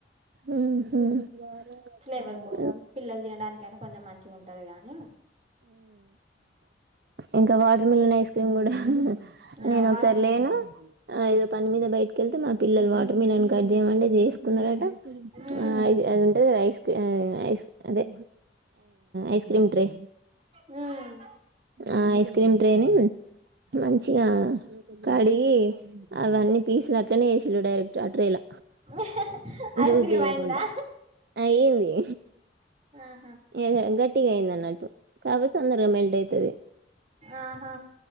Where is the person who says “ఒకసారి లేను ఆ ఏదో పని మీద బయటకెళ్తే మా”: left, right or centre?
Right